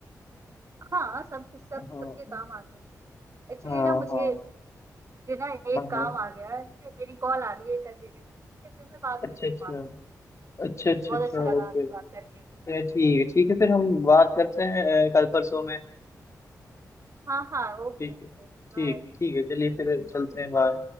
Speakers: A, on the right (about 45°); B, on the left (about 45°).
A: हाँ सब सब
B: हाँ
A: सबके काम आते हैं एक्चुअली
B: हाँ
A: ना मुझे
B: हाँ
A: मुझे ना एक
B: हाँ हाँ।
A: काम आ गया है मेरी कॉल आ रही है एक अर्जेंट ठीक है फिर मैं बात
B: अच्छा
A: करती
B: अच्छा
A: हूँ आपसे
B: अच्छा अच्छा
A: बहुत
B: अच्छा
A: अच्छा लगा
B: ओके
A: आपसे बात करके
B: अरे ठीक है ठीक है फिर हम बात करते हैं अ, कल परसों में
A: हाँ हाँ ओके
B: ठीक
A: ओके
B: है
A: ओके
B: ठीक
A: बाय
B: ठीक है चलिए फिर चलते हैं बाय